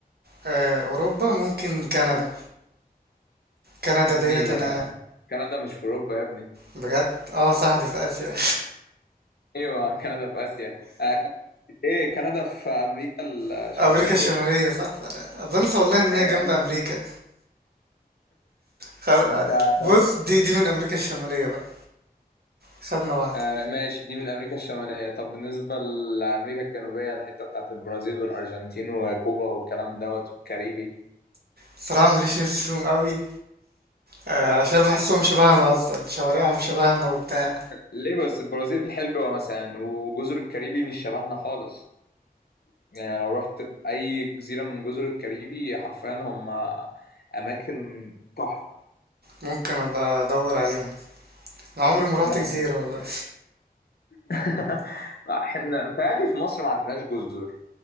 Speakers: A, on the right; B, on the left.
A: آه، اوروبا ممكن كندا كندا
B: يا ابني
A: ديت انا
B: كندا مش في اوروبا يا ابني
A: بجد اه صح دي في اسيا
B: ايوه كندا في اسيا آه كانت ايه كندا في امريكا
A: <laughs>
B: الشماليه
A: امريكا الشمالية صح بنسى والله ان هي
B: ايوه
A: جنب
B: انت
A: امريكا خل... آه،
B: انت
A: بص
B: طب
A: دي دي من امريكا الشمالية بقى خدنا واحدة
B: آه ماشي دي من امريكا الشماليه طب بالنسبه لامريكا الجنوبيه الحته بتاعت البرازيل والارجنتين وكوبا والكلام دوت والكاريبي
A: صراحة ماليش نفس فيهم قوي آه، عشان بحسهم شبهنا اصلا شوارعهم شبهنا وبتاع
B: ليه بس البرازيل حلوه مثلا وجزر الكاريبي مش شبهنا خالص يعني لو رحت اي جزيره من جزر الكاريبي حرفيا هم اماكن تحفه
A: ممكن ابقى ادور عليها انا عمري ما رحت
B: لا
A: جزيرة والله
B: <laughs> لا، احنا بيتهيألي في مصر ما عندناش جزر